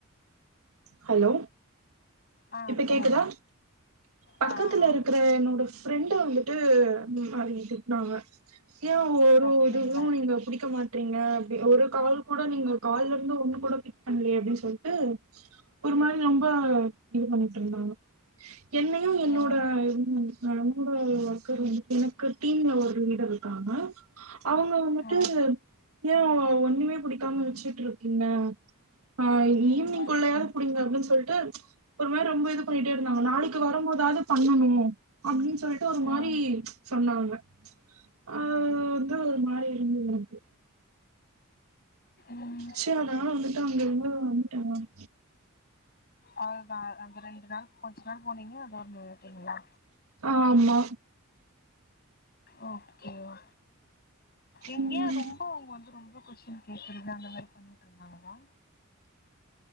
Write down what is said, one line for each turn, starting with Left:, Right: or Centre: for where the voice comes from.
Right: ஹலோ
Left: ஆ
Right: இப்ப
Left: சொல்லுங்க
Right: கேக்குதா பக்கத்துல
Left: ஆ ஆ ஆ
Right: இருக்கற என்னோட ஃப் ஃபிரெண்ட வந்துட்டு அவிய்க திட்டுனாங்க ஏ ஒரு
Left: அப்டிங்களா
Right: ஒரு இதுவு நீங்க முடிக்க மாட்றீங்க அப்டி ஒரு கால் கூட நீங்க கால்ல இருந்து ஒண்ணு கூட பண்ணலயே அப்டின்னு சொல்ட்டு ஒரு மாரி ரொம்ப இது பண்ணிட்டு ருந்தாங்க என்னையு என்னோட
Left: ம்
Right: ம் நண்ப ஒர்க்கர் வந்து எனக்கு டீம்ல ஒரு லீடர் இருக்காங்க அவுங்க வந்துட்டு
Left: ஆ
Right: ஏ ஒண்ணுமே புடிக்காம வச்சுட்டு ருக்கீங்க ஆ
Left: ம்
Right: ஈவினிங்க்குள்ளயாது
Left: ம்
Right: புடிங்க அப்டின்னு சொல்ட்டு ஒரு மாரி ரொம்ப இது பண்ணிட்டே இருந்தாங்க நாளைக்கு வரபோதாவது பண்ணணு அப்டின்னு சொல்லிட்டு ஒரு
Left: ம்
Right: மாரி சொன்னாங்க ஆ அதா ஒரு மாரி இருந்து எனக்கு
Left: ம்
Right: செரி அதன வந்துட்டு அங்க இருந்து வந்துட்டே நானு
Left: அதுதா அந்த ரெண்டு நாள் கொஞ்ச நேரோ போனீங்க அது ஒன்னு விட்டீங்களா
Right: ஆமா
Left: ஓகே வா எங்கேயா
Right: ம்
Left: ரொம்போ அவுங்க வந்து ரொம்ப கொஸ்டின் கேக்குறது அந்த மாரி பண்ணிட்டு ருந்தாங்களா